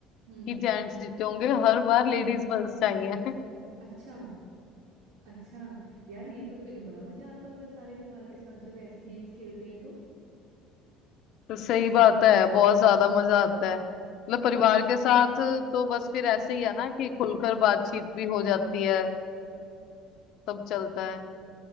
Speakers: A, on the right; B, on the left.
A: हम्म
B: कि जेंट्स जीते होंगे हर बार लेडीज फर्स्ट आई हैं <laughs>
A: अच्छा अच्छा यार ये तो फिर बड़ा मजा आता होगा सारे परिवार के साथ जब ऐसी गेम्स खेलते हैं तो
B: तो सही बात है बहुत ज्यादा मजा आता है मतलब परिवार के साथ तो बस फिर ऐसे ही है ना कि खुलकर बातचीत भी हो जाती है सब चलता है